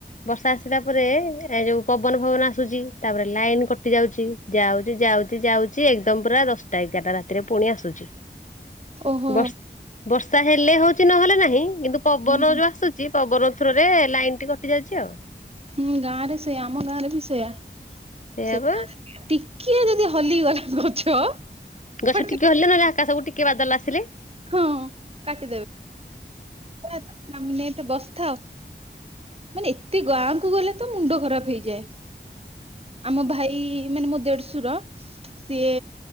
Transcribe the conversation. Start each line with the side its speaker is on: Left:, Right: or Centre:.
Left: ବର୍ଷା ଆସିଲା ପରେ ଏ ଯୋଉ ପବନ ଫବନ ଆସୁଛି। ତାପରେ ଲାଇନ କଟି ଯାଉଛି। ଯାଉଛି ଯାଉଛି ଯାଉଛି ଏକଦମ ପୁରା ଦଶଟା ଏଗାରଟା ରାତିରେ ପୁଣି ଆସୁଛି।
Right: ଓହୋ।
Left: ବର୍ଷ ବର୍ଷା ହେଲେ ହଉଛି ନହେଲେ ନାହିଁ କିନ୍ତୁ ପବନ
Right: ହୁଁ।
Left: ଯୋଉ ଆସୁଛି ଚି ପବନ ଥ୍ରୋରେ ଲାଇନଟି କଟି ଯାଇଛି ଆଉ।
Right: ହୁଁ ଗାଁ ରେ ସେଇୟା ଆମ ଗାଁରେ ବି ସେଇୟା।
Left: ସେଇଆବା
Right: ସେ ଗାଁରେ ଟିକିଏ ଯଦି ହଲିଗଲା ଗଛ
Left: ଗଛ
Right: ଫଟକିନା
Left: ଟିକେ ହଲିଲେ ନହେଲେ ଆକାଶକୁ ଟିକେ ବାଦଲ ଆସିଲେ।
Right: ହଁ କାଟିଦେବେ। ଏତେ ବସଥାଅ ମାନେ ଏତେ ଗାଁକୁ ଗଲେ ତ ମୁଣ୍ଡ ଖରାପ ହେଇଯାଏ। ଆମ ଭାଇ ମାନେ ମୋ ଦେଢଶୁର ସିଏ